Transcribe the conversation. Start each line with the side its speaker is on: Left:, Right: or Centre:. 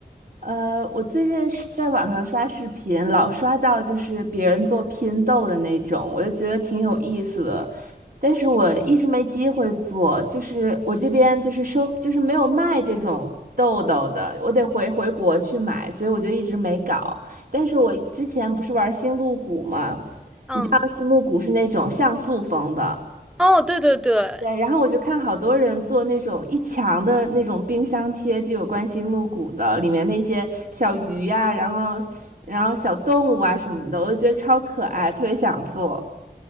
Right: 呃，我最近是在网上刷视频，老刷到就是别人做拼豆的那种，我就觉得挺有意思的，但是我一直没机会做，就是我这边就是收，就是没有卖这种豆豆的，我得回回国去买，所以我就一直没搞。但是我之前不是玩星露谷吗？
Centre: 嗯，
Right: 知道星露谷是那种像素风的。
Centre: 哦，对对对，
Right: 对，然后我就看好多人做那种一墙的那种冰箱贴，就有关心露骨的，里面那些小鱼呀、然后然后小动物啊什么的，我就觉得超可爱，特别想做。